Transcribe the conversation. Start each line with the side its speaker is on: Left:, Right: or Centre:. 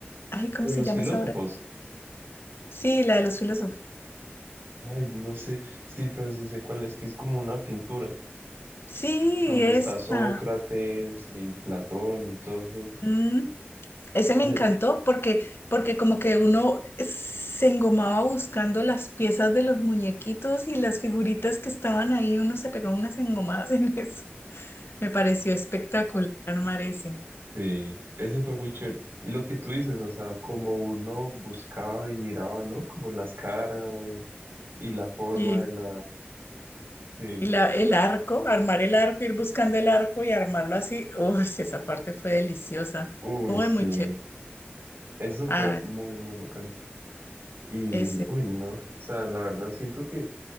Left: Ay, ¿cómo
Right: Pero
Left: se
Right: los
Left: llama
Right: filósofos,
Left: esa obra? Sí, la de los filósofos.
Right: ay, no sé, sí, pero sí sé cuál es, que es como una pintura,
Left: Sí,
Right: donde
Left: esa.
Right: está Sócrates y Platón y todos esos.
Left: Mm, Ese
Right: Ay,
Left: me encantó porque, porque como que uno se engomaba buscando las piezas de los muñequitos y las figuritas que estaban ahí, uno se pegaba unas engomadas <laughs> en eso. Me pareció espectacular armar ese.
Right: sí, ese fue muy chévere. Y lo que tú dices, o sea, como uno buscaba y miraba, ¿no? Como las caras y la forma
Left: Y,
Right: de la... Sí.
Left: y la, el arco, armar el arco, ir buscando el arco y armarlo así. Uy, esa parte fue deliciosa.
Right: Uy,
Left: Muy,
Right: sí,
Left: muy chévere.
Right: eso
Left: Ah,
Right: fue muy, muy bacano. Y,
Left: ese.
Right: uy, no, o sea, la verdad siento que